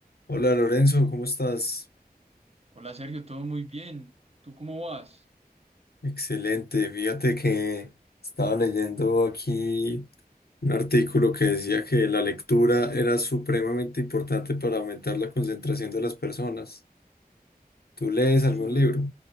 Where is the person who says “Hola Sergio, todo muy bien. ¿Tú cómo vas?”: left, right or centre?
Right